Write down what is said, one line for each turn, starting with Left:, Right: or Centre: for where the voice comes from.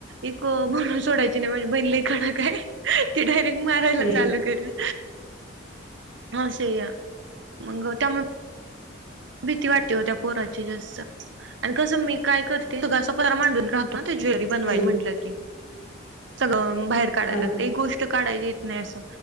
Right: एक बनून सोडायची नाही माझी बहिण लई कडक हाय. ती डायरेक्ट मारायला
Left: हम्म
Right: चालू करल आसया मग त्यामुळं भीती वाटते हो त्या पोराची जास्त आणि कसं मी काय करते ता असा पतार मांडून राह होत ना ते ज्वेलरी बनवाय
Left: हम्म
Right: म्हणल की सगळ बाहेर काडाय
Left: हा
Right: लागत.
Left: हा
Right: एक गोष्ट काडाय येत नाही आस